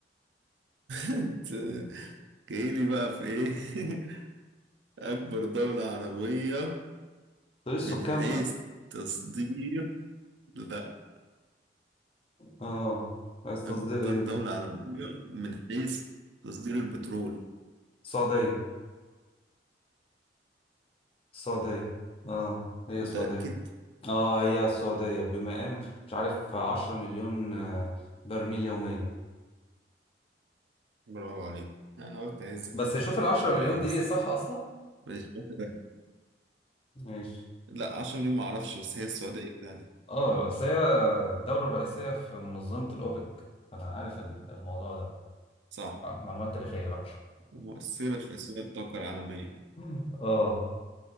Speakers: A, on the right; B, on the left.
A: أنت جايلي بقى في إيه <laughs> أكبر دولة عربية
B: طيب السكان
A: من حيث
B: بقى
A: تصدير لا
B: اه عايز تصدير
A: أكتر
B: ايه
A: دولة عربية من حيث تصدير البترول
B: السعودية السعودية اه هي
A: متأكد؟
B: السعودية اه هي السعودية بمقام مش عارف عشرة مليون آه، برميل يوميا
A: برافو عليك أنا قلت أهزك
B: بس شوف العشرة
A: شوية
B: مليون دي
A: بس
B: صح أصلا
A: ماشي واحدة.
B: ماشي
A: لا 10 مليون معرفش بس هي السعودية فعلا
B: اه اصل هي الدولة الرئيسية في منظمة الأوبك فأنا عارف ال- الموضوع ده
A: صح
B: معلومات تاريخية بقى
A: ومؤثرة في أسواق الطاقة العالمية
B: <laughs> اه